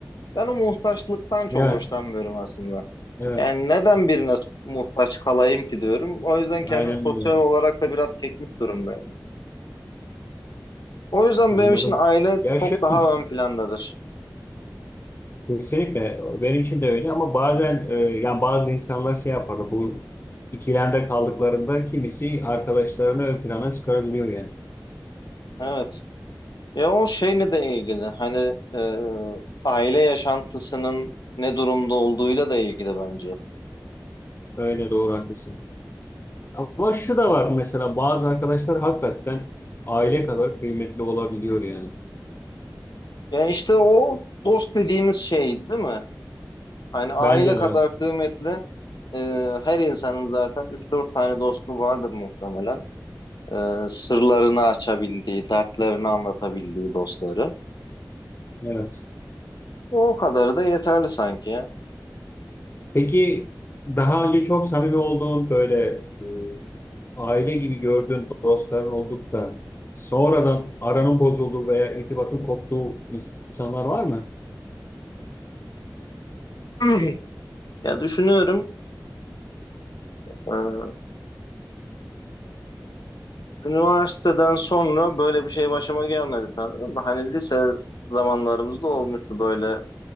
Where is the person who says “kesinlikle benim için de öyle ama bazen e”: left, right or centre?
Left